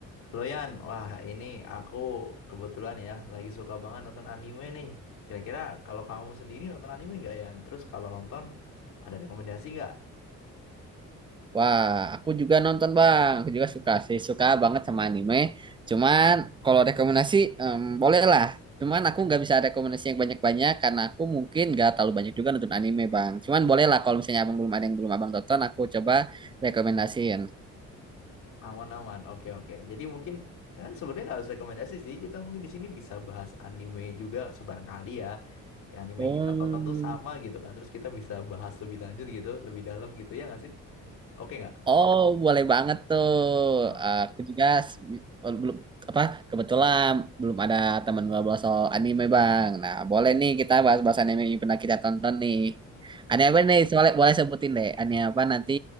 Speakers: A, on the left; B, on the right.
A: Halo Yan, wah ini aku kebetulan ya lagi suka banget nonton anime nih. Kira-kira kalau kamu sendiri nonton anime nggak Yan? Terus kalau nonton ada rekomendasi nggak?
B: Wah, aku juga nonton Bang. Aku juga suka sih, suka banget sama anime. Cuman kalau rekomendasi em, boleh lah. Cuman aku nggak bisa rekomendasi yang banyak-banyak karena aku mungkin nggak terlalu banyak juga nonton anime Bang. Cuman boleh lah kalau misalnya abang belum ada yang belum abang tonton, aku coba rekomendasiin.
A: Aman-aman, oke oke. Jadi mungkin kan sebenarnya nggak harus rekomendasi sih. Kita mungkin di sini bisa bahas anime juga sebarangkali ya. Kayak Anime
B: Oh.
A: yang kita tonton tuh sama gitu kan. Terus kita bisa bahas lebih lanjut gitu, lebih dalam gitu ya nggak sih? Oke nggak?
B: Oh, boleh banget tuh.
A: Oke.
B: Eh, Aku juga s- oh, belum apa kebetulan belum ada teman ngobrol soal anime, Bang. Nah, boleh nih kita bahas-bahas anime yang pernah kita tonton nih.
A: Oke.
B: Anime apa nih? Soalnya boleh sebutin deh. Anime apa nanti